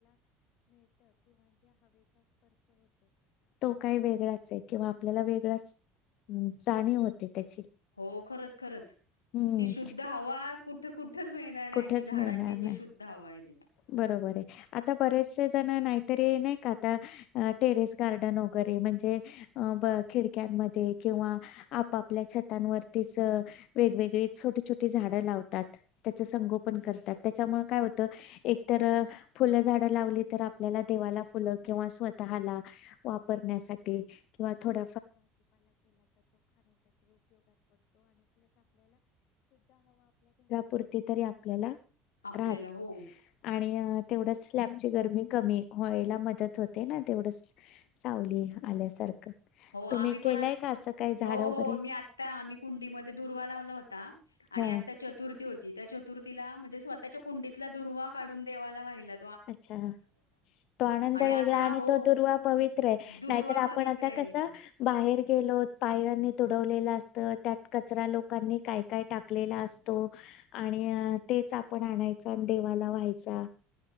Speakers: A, on the left; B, on the left.
A: तो काही वेगळाच आहे किंवा आपल्याला वेगळाच जाणीव होते. त्याची.
B: हो खरंच खरच
A: हम्म
B: ती शुद्ध हवा कुठ त कु कुठचं मिळणार
A: कुठेच
B: नाही अशी झाडाची
A: मिळणार नाही.
B: जी शुद्ध हवा आहे ती.
A: बरोबर आहे. आता बरेचसे जण नाहीतरी नाही का आता अ टेरेस गार्डन हो वगैरे म्हणजे. <inaudible> किंवा आपापल्या छतांवरतीच वेगवेगळी छोटी छोटी झाडं लावतात. त्याच संगोपन करतात त्याच्यामुळे काय होतं एकतर फुलं झाड लावली तर आपल्याला देवाला फुलं किंवा स्वतःला वापरण्यासाठी किंवा थोड पुरती तरी आपल्याला
B: आपल्याला
A: राहात
B: हो
A: आणि तेवढच स्लॅबची गरमी कमी व्हायला मदत होते ना तेवढच सावली आल्यासारखं.
B: हो आम्ही
A: तुम्ही केलंय
B: पण आता
A: का असं काही झाडं
B: हो
A: वगैरे?
B: हो मी आता आम्ही कुंडीमध्ये दुर्वा लावला होता आणि
A: हं,
B: आता चतुर्थी होती त्या चतुर्थीला म्हणजे स्वतःच्या कुंडीतला दुर्वा काढून देवाला व्हाहिला
A: अच्छा तो आनंद
B: आता
A: वेगळा आणि
B: हो
A: तो दुर्वा पवित्र आहे
B: दुर्वा
A: नाहीतर आप
B: पवित्र
A: पण आता
B: आहे आणि
A: कस
B: तो
A: बाहेर गेलो पायांनी तुडवलेला त्यात कचरा लोकांनी काय काय टाकलेला असतो आणि तेच आपण आणायच आणि देवाला व्हायचा.